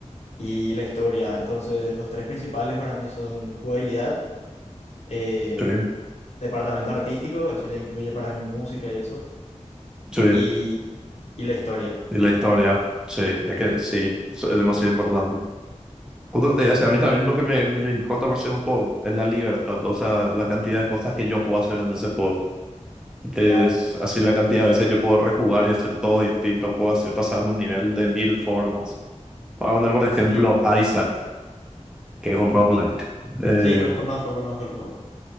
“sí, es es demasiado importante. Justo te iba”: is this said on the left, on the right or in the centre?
Centre